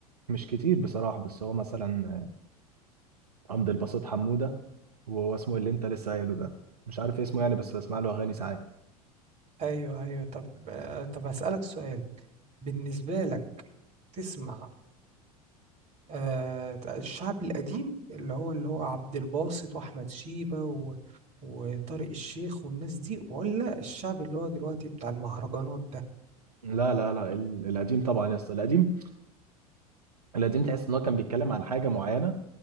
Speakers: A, on the right; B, on the right.
A: مش كتير بصراحه بس هو مثلا آه، عبد الباسط حموده وهو اسمه اللي انت لسه قايله ده مش عارف اسمه يعني بس بسمع له اغاني ساعات
B: أيوه أيوه طب آه، طب هسألك سؤال بالنسبة لك تسمع آه، الشعب القديم اللي هو اللي هو عبد الباسط واحمد شيبة و... وطارق الشيخ والناس دي ولا الشعب اللي هو دلوقتي بتاع المهرجانات ده
A: لا لا لا ال- القديم طبعا يا اسطى القديم القديم تحس ان هو كان بيتكلم عن حاجه معينه